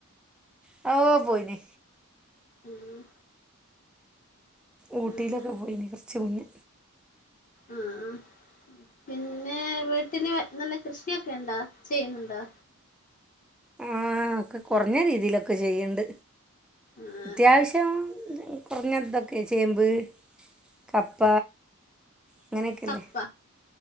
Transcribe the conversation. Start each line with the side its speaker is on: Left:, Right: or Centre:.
Centre: ഓ പോയിന്
Left: ഉം
Centre: ഊട്ടീലൊക്കെ
Left: ഉം
Centre: പോയിനി കുറച്ച് മുന്നേ
Left: ആ പിന്നെ വി പിന്നെ നല്ല കൃഷിയൊക്കെ ണ്ടോ ചെയ്യുന്നുണ്ടോ
Centre: ആ ഒക്കെ കുറഞ്ഞ രീതിലൊക്കെ ചെയ്യ്ണ്ട്
Left: ആഹ്
Centre: അത്വാശ്യം പിന്നെതൊക്കെ ചേമ്പ് കപ്പ അങ്ങനെക്കെല്ലേ
Left: കപ്പ